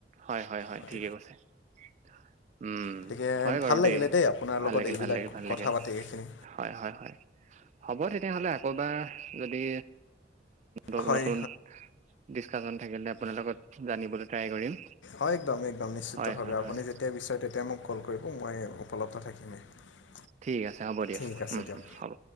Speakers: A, on the right (about 40°); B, on the left (about 85°).
A: হয় হয় হয়
B: গতিকে
A: ঠিকে কৈছে উম
B: গতিকে
A: হয় বাৰু
B: ভাল লাগিলে
A: দেই
B: আপোনাৰ
A: ভাল
B: লগত
A: লাগিল
B: এইবিলাক
A: ভাল লিল ভাল
B: কথা
A: লাগিল
B: পাতি এইখিনি
A: হয় হয় হয় হ'ব তেতিয়াহ'লে আকৌবাৰ যদি উ
B: হয়
A: নতুন ডিচকাচন থাকিলে আপোনাৰ লগত জানিবলৈ ট্ৰাই কৰিম
B: অ একদম একদম নিশ্চিত
A: হয়
B: ভাৱে
A: হয়
B: আপুনি
A: হয়
B: যেতিয়া বিচাৰে তেতিয়া মোক কল কৰি মই উপলব্ধ থাকিমেই
A: ঠিক আছে হ'ব দিয়ক
B: ঠিক আছে
A: উম
B: দিয়ক
A: হ'ব